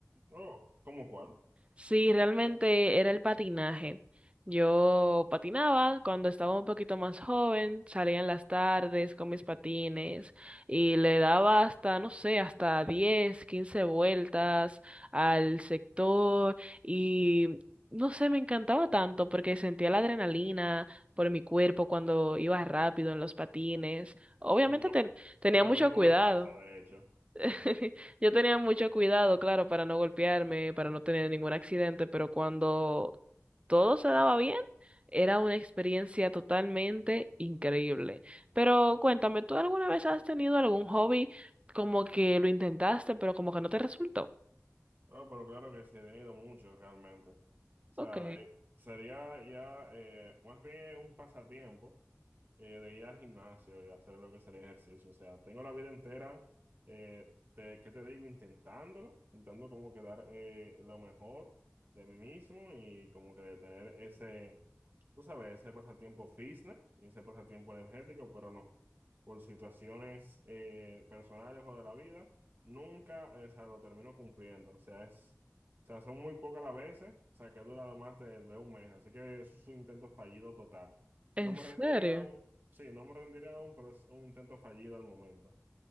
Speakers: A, on the right (about 40°); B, on the right (about 20°).
A: Oh, ¿cómo cuál?
B: Sí, realmente era el patinaje. Yo patinaba cuando estaba un poquito más joven, salía en las tardes con mis patines y le daba hasta, no sé, hasta 10, 15 vueltas al sector y no sé, me encantaba tanto porque sentía la adrenalina por mi cuerpo cuando iba rápido en los patines. Obviamente
A: Lo,
B: ten- tenía
A: lo
B: mucho
A: mismo
B: cuidado.
A: me pasa, de hecho.
B: <laughs> Yo tenía mucho cuidado, claro, para no golpearme, para no tener ningún accidente, pero cuando todo se daba bien, era una experiencia totalmente increíble. Pero cuéntame, ¿tú alguna vez has tenido algún hobby como que lo intentaste, pero como que no te resultó?
A: No, pero claro que sí, he tenido mucho realmente. O sea,
B: Ok,
A: eh, sería ya eh, más bien un pasatiempo eh, de ir al gimnasio y hacer lo que sería ejercicio. O sea, tengo la vida entera, eh, te- ¿qué te digo? Intentándolo, intentando como quedar eh, lo mejor de mí mismo y como que de tener ese, tú sabes, ese pasatiempo fitness y ese pasatiempo energético, pero no, por situaciones eh, personales o de la vida. Nunca, eh, o sea, lo termino cumpliendo. O sea, es, o sea, son muy pocas las veces, o sea, que he durado más de, de un mes. Así que eso es un intento fallido total.
B: ¿en
A: No me
B: serio?
A: rendiré aún, sí, no me rendiré aún, pero es un intento fallido al momento.